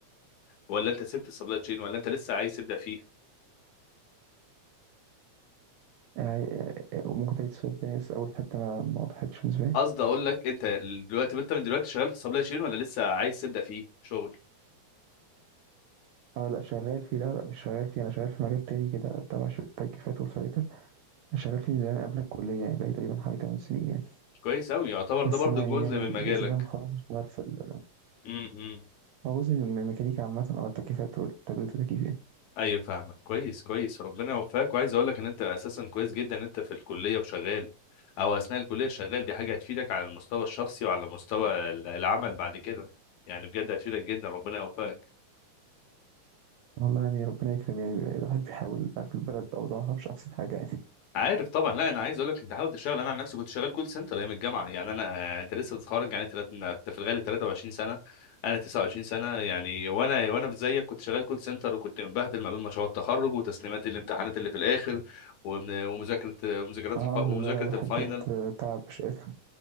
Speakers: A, on the left (about 70°); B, on the right (about 80°).
A: ولا انت سبت السبلاي تشين ولا انت لسه عايز تبدا فيه
B: يعني آه، ممكن تعيد السؤال تاني بس أول حتة ما ما وضحتش بالنسبة لي
A: قصدي اقول لك انت دلوقتي انت من دلوقتي شغال في السبلاي تشين ولا لسه عايز تبدا فيه شغل
B: اه لا شغال فيه لا لا مش شغال فيه أنا شغال في مجال تاني كده تبع ش- التكييفات والفلاتر أنا شغال فيه من زمان قبل الكلية يعني بقالي تقريبا حوالي 8 سنين يعني
A: كويس اوي يعتبر
B: بس
A: ده برضو
B: أنا يعني
A: جزء
B: ناوي
A: من
B: بإذن
A: مجالك
B: الله لما أخلص أشتغل في ال-
A: امم
B: هو جزء من الميكانيكا عامة أو التكييفات والتبريد والتكييف يعني.
A: ايوه فاهمك كويس كويس ربنا يوفقك وعايز اقول لك ان انت اساسا كويس جدا ان انت في الكليه وشغال او اثناء الكليه شغال دي حاجه هتفيدك على المستوى الشخصي وعلى مستوى ال- العمل بعد كده يعني بجد هتفيدك جدا ربنا يوفقك
B: والله يعني ربنا يكرم يعني الواحد بيحاول تعرف البلد أوضاعها مش أحسن حاجة يعني
A: عارف طبعا لا انا عايز اقول لك انت حاول تشتغل انا عن نفسي كنت شغال كول سنتر ايام الجامعه يعني انا انت لسه متخرج يعني تلات- انت في الغالب 23 سنه انا 29 سنه يعني وانا وانا في زيك كنت شغال كول سنتر وكنت مبهدل ما بين مشروع التخرج وتسليمات الامتحانات اللي في الاخر ومن- ومذاكره ومذاكرات
B: اه
A: الف... ومذاكره
B: لا لا، الواحد
A: الفاينل
B: بجد تعب مش قادر